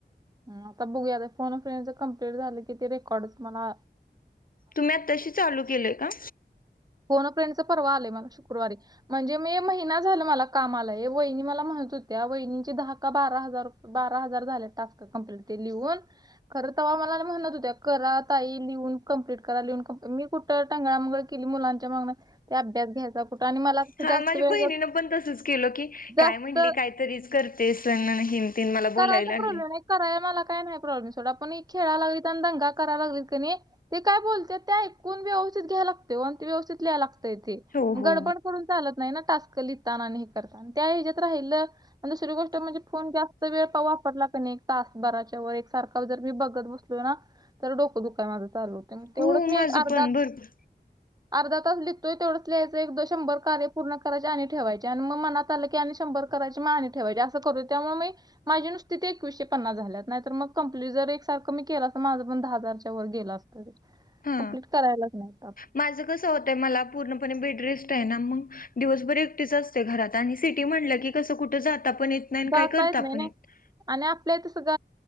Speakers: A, on the right; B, on the left.
A: आता बघूया, आता फोन अ फ्रेंडचे कम्प्लीट झालं की, ते रेकॉर्डचे म्हणा
B: तुम्ही आताशी चालू केलंय का?
A: फोन अ फ्रेंडचं पर्वा आलंय मला शुक्रवारी. म्हणजे मे महिना झालं मला काम आलंय. हे वहिनी मला म्हणत हुत्या वहिनींची दहा का बारा हजार बारा हजार झाल्यात टास्क कम्प्लीट ते लिहून. खरं तवा मला म्हणत हुत्या, करा ताई लिहून कम्प्लीट करा. लिहून कंप मी कुठ टांंगळा मंगळ केली. मुलांच्या मागनं ते अभ्यास घ्यायचा कुठं आणि मला असं
B: हा
A: जास्त
B: माझ्या
A: वेळ
B: बहिणीनं पण तसंच केलं की,
A: जास्त
B: काय म्हणली काहीतरीच करतेस आन हेन तेन मला
A: करायचा
B: बोलायला
A: प्रॉब्लेम
B: लागले
A: नाही. कराय मला काय नाय प्रॉब्लेम सोडा. पण खेळाला लागलीत आणि दंगा कराय लागलीत का नाही ते काय बोलत्यात ते ऐकून व्यवस्थित घ्यायला लागतंय ओ आणि ते व्यवस्थित लिहाय लागतंय.
B: हो हो
A: गडबड करून चालत नाही ना टास्क लिहताना आणि हे करताना. त्या हेज्यात राहिलं, आणि दुसरी गोष्ट म्हणजे फोन जास्त वेळपा वापरला का नाही, एक तास भराच्या वर एकसारखा जर मी बघत बसलोय ना तर डोकं दुखाय माझं चालू होतंय, तेवढंच
B: हो
A: मी
B: माझं
A: एक अर्धा
B: पण भरपूर
A: अर्धा तास लिहतेय तेवढच लिहायचं. एकदा शंभर कार्य पूर्ण करायचे आणि ठेवायचे आणि मग मनात झालं की शंभर करायची मग आणि ठेवायची, असं करू त्यामुळे मी माझी नुसती ते एकवीसशे पन्नास झाल्यात. नाहीतर मग कम्प्लीट जर एकसारखं मी केलं असतं, माझपण दहा हजार तवर गेलं असतं.
B: हा
A: कंप्लीट करायला लागणार.
B: माझं कसं होतंय मला पूर्णपणे बेड रेस्ट आहे ना मग. दिवसभर एकटीच असते घरात आणि सिटी म्हटलं की कसं कुठं जाता पण येत नाही काय
A: जाता
B: करता
A: नाही
B: पण
A: ना.
B: येत नाय.
A: आणि आपल्या त सग